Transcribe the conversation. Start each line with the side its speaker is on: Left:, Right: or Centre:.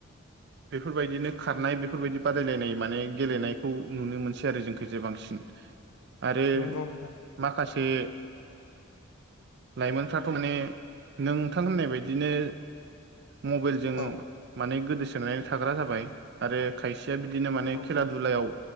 Right: बेफोरबायदिनो खारनाय बेफोरबायदि बादायलायनाय माने गेलेनायखौ नुनो मोनसै आरो जोंखैजाय बांसिन। आरो
Left: नंगौ नोंथां
Right: माखासे लाइमोनफ्राथ' माने नोंथां होननाय बायदिनो मबाइल जों
Left: ओं
Right: माने गोदोसोनानै थाग्रा जाबाय आरो खायसेया बिदिनो माने
Left: औ
Right: खेला
Left: नंगौ
Right: दुलायाव